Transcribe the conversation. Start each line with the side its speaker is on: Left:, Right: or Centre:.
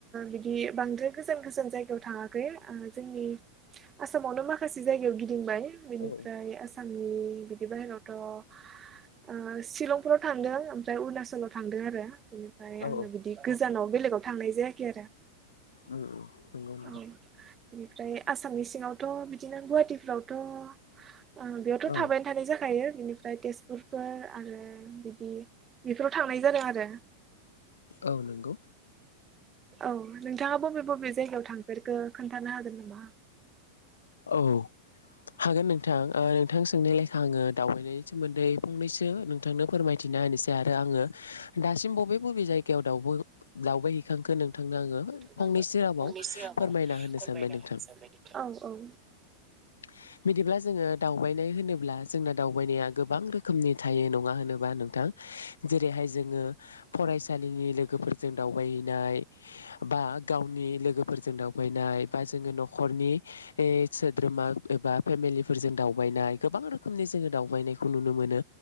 Right: बिदि बांद्राय गोजान गोजान जायगायाव थाङाखै। जोंनि आसामावनो माखासे जायगायाव गिदिंबाय बेनिफ्राय
Left: औ
Right: आसाम उम बिदि बाहेरावथ' ओ शिलंफोराव थांदों ओमफ्राय अरुणाचलाव थांदों आरो। बेनिफ्राय
Left: औ
Right: आंना
Left: उम
Right: बिदि गोजानाव बेलेगाव थांनाय जायाखै आरो।
Left: उम उम नंगौ नोंगौ।
Right: औ बेनिफ्राय आसामनि सिङावथ' बिदिनो गुवाहाटिफ्रावथ' ओ बेयावथ'
Left: औ
Right: थाबायनो थानाय जाखायो। बेनिफ्राय तेजपुरफोर आरो बिदि बेफोराव थांनाय जादों आरो।
Left: औ नंगौ
Right: औ नोंथाङा बबे बबे जायगायाव थांफेरखो खोन्थानो हागोन नामा?
Left: औ हागोन नोंथां ओ नोंथां सोंनाय लेयखा आङो दावबायनायनि सोमोन्दै फंनैसो नोंथांनो फोरमायथिना होनो सै आरो आङो दासिम बबे बबे जायगायाव दाव- दावबायहैखांखो नोंथांनो आङो
Right: ओ
Left: फंनैसो रावाव
Right: फंनैसो रावाव
Left: फोरमायना
Right: फोरमायना
Left: होनो सानबाय नोंथां
Right: होनो सानबायदि औ औ।
Left: <inaudible> बिदिब्ला जोङो दावबायनाय होनोब्ला जोंना दावबायनाया गोबां रोखोमनि थायो नङा होनोबा नोंथां जेरैहाय जोङो फरायसालिनि लोगोफोरजों दावबायहैनाय बा गावनि लोगोफोरजों दावबायनाय बा जोङो न'खरनि सोद्रोमा एबा फेमिलिफोरजों दावबायनाय गोबां रोखोमनि जोङो दावबायनायखौ नुनो मोनो